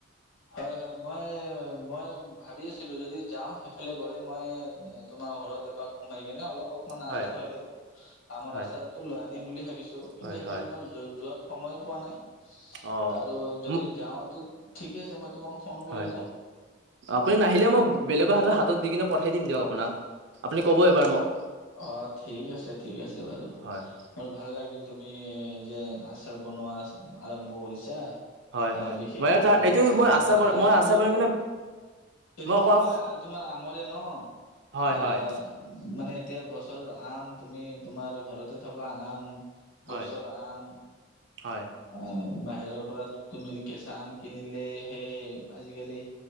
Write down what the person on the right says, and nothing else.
হয়
হয়
হয়
হয়
অ
মোক
হয়।
আপুনি নাহিলেও মই বেলেগৰ হাতত হাতত দি কিনে পঠাই দিম দিয়ক আপোনাক। আপুনি কব এবাৰ মোক।
হয়
হয় হয়
মই তাৰ
এইটো
মই
বন মই
আচাৰ বনাই কিনে
মই অকল
হয়
হয়
হয়
হয়